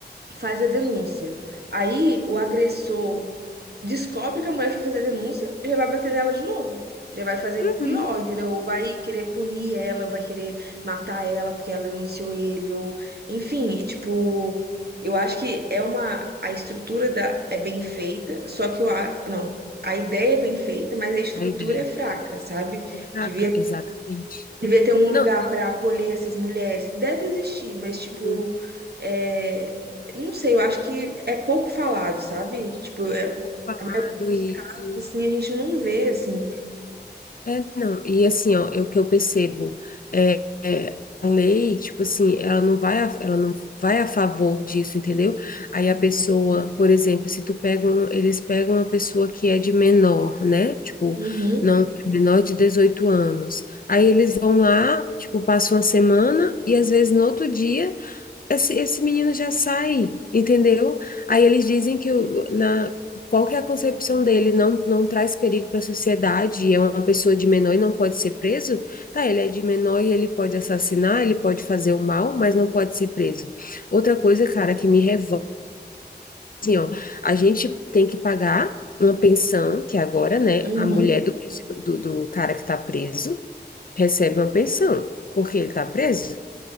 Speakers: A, on the right; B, on the left.
A: faz a denúncia. Aí o agressor descobre que a mulher foi fazer a denúncia e já vai bater nela de novo. Já vai fazer
B: uhum.
A: pior, entendeu? Ou vai querer punir ela, vai querer matar ela porque ela denunciou ele, ou enfim, tipo, eu acho que é uma a estrutura da é bem feita, só que eu a, não, a ideia é bem feita, mas a estrutura
B: A ideia
A: é fraca, sabe?
B: é fraca,
A: Devia
B: exatamente.
A: Devia ter um
B: Não,
A: lugar para acolher essas mulheres. Deve existir, mas, tipo,
B: hum,
A: é, não sei, eu acho que é pouco falado, sabe? Tipo, é,
B: é pouco falado
A: a maioria dos
B: e,
A: casos,
B: e
A: assim, a gente não vê, assim.
B: É, não, e assim, ó, é o que eu percebo é, é, a lei, tipo assim, ela não vai a, ela não vai a favor disso, entendeu? Aí a pessoa, por exemplo, se tu pega um, eles pegam uma pessoa que é de menor, né? Tipo,
A: Uhum,
B: não, é menor de 18 anos. Aí eles vão lá, tipo, passam uma semana e às vezes no outro dia esse, esse menino já sai, entendeu? Aí eles dizem que o- na, qual que é a concepção dele, não, não traz perigo para a sociedade, é uma pessoa de menor e não pode ser preso? Tá, ele é de menor e ele pode assassinar, ele pode fazer o mal, mas não pode ser preso. Outra coisa, cara, que me revolta, assim, ó, a gente tem que pagar uma pensão, que agora, né,
A: uhum,
B: a mulher do, do, do cara que está preso recebe uma pensão, porque ele está preso.